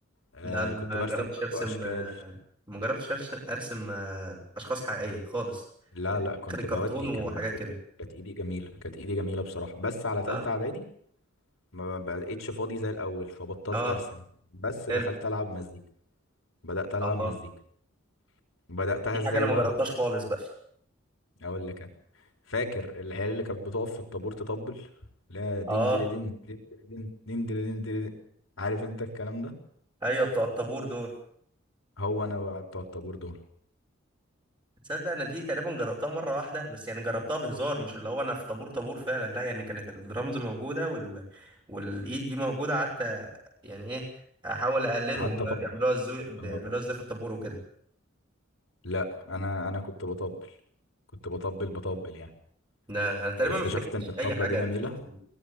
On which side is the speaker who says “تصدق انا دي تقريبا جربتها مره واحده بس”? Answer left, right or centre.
Right